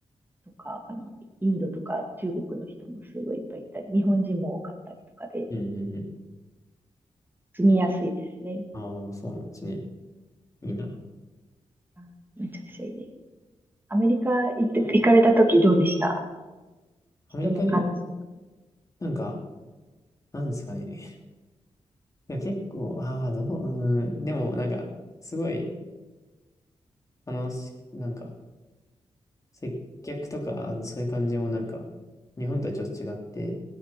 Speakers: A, on the right; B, on the left.
A: とか、あの、インドとか中国の人もすごいいっぱいいたり、日本人も多かったりとかで、
B: うんうんうん。
A: 住みやすいですね。
B: ああ、そうなんですね。いいな。
A: あめちゃくちゃいいです。アメリカ行って、行かれた時どうでした
B: アメリカで、
A: 人の感じ。
B: なんか、なんですかね。<laughs> いや、結構、ああ、どう、うーん。でも、なんか、すごい楽し、なんか、接客とか、あのそういう感じもなんか、日本とはちょっと違って、